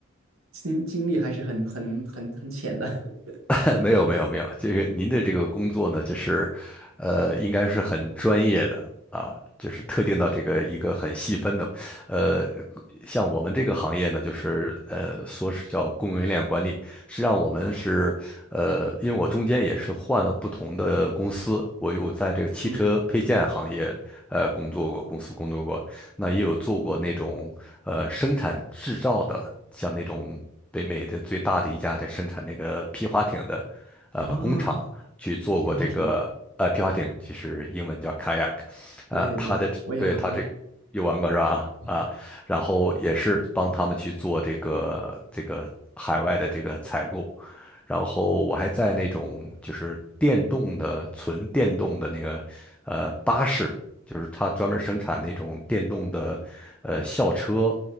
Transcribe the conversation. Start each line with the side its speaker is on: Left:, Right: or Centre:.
Right: 经经历还是很很很很浅的。<laughs>
Centre: <laughs> 没有没有没有，这个您的这个工作呢，就是，呃，应该是很专业的啊，就是特定到这个一个很细分的，呃，像我们这个行业呢，就是呃，说是叫供应链管理，实际上我们是，呃，因为我中间也是换了不同的公司，我有在这个汽车配件行业呃工作过，
Right: 嗯，
Centre: 公司工作过，那也有做过那种呃生产制造的，像那种北美的最大的一家在生产那个皮划艇的呃工厂去做过这个呃皮划艇，
Right: 啊，皮划艇，
Centre: 其实英文叫 kayak，
Right: 对对对，
Centre: 呃，它的对他这有玩过是吧？
Right: 我也玩过。对
Centre: 啊，然后也是帮他们去做这个这个海外的这个采购。然后我还在那种就是电动的纯电动的那个呃巴士就是它专门生产那种电动的呃校车，